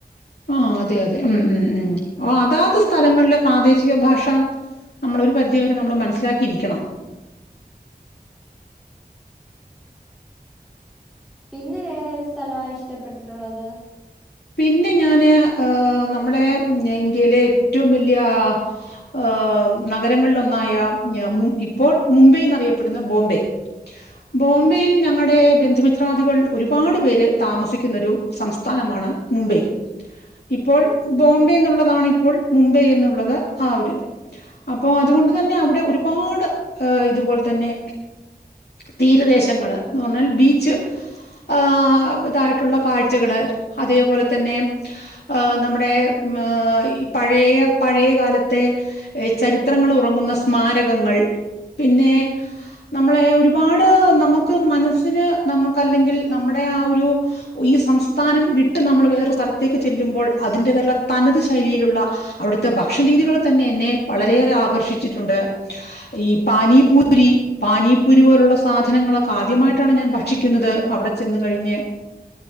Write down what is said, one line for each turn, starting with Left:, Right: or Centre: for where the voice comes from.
Left: ആ അതെ അതെ ഉം ഉം ഉം അ അതാത് സ്ഥലങ്ങളിലെ പ്രാദേശിക ഭാഷ നമ്മൾ ഒരു പരിധി വരെ നമ്മള് മനസ്സിലാക്കിയിരിക്കണം
Centre: <unintelligible> പിന്നെ വേറെ ഏത് സ്ഥലവാ ഇഷ്ടപ്പെട്ടിട്ടുള്ളത്
Left: പിന്നെ ഞാന് ഏഹ് നമ്മളെ ഇന്ത്യയിലെ ഏറ്റവും വലിയ ഹ് ആ നഗരങ്ങളിലൊന്നായ ഞമും ഇപ്പോൾ മുംബൈ എന്നറിയപ്പെടുന്ന ബോംബെ ബോംബെയിൽ ഞങ്ങളുടെ ബന്ധുമിത്രാദികൾ ഒരുപാട് പേര് താമസിക്കുന്നൊരു സംസ്ഥാനമാണ് മുംബൈ ഇപ്പോൾ ബോംബെ എന്നുള്ളതാണ് ഇപ്പോൾ മുംബൈ എന്നുള്ളത് ആ ഒരിത് അപ്പോ അത് അതുകൊണ്ട് തന്നെ അവിടെ ഒരുപാട് ഇതുപോലെ തന്നെ തീരദേശങ്ങള് എന്ന് പറഞ്ഞാൽ ബീച്ച് ആ ഇതായിട്ടുള്ള കാഴ്ചകള് അതേപോലെ തന്നെ ആ നമ്മുടെ ആ ഹ് പഴയ പഴയ കാലത്തെ ചരിത്രങ്ങൾ ഉറ ങ്ങുന്ന സ്മാരകങ്ങൾ പിന്നെ നമ്മളെ ഒരുപാട് നമുക്ക് മനസ്സിന് നമുക്ക് അല്ലെങ്കിൽ നമ്മുടെ ആ ഒരു ഈ സം സ്ഥാനം വിട്ട് നമ്മൾ വേറൊരു സ്ഥലത്തേക്ക് ചെല്ലുമ്പോൾ അതിന്റേതുള്ള തനത് ശൈലിയിലുള്ള അവിടുത്തെ ഭക്ഷണ രീതികൾ തന്നെ എന്നെ വളരെയേറെ ആകർഷിച്ചിട്ടുണ്ട് ഈ പാനീപൂരി പാനീപൂരി പോലുള്ള സാധന ങ്ങളൊക്കെ ആദ്യമായിട്ടാണ് ഞാൻ ഭക്ഷിക്കുന്നത് അവിടെ ചെന്ന് കഴിഞ്.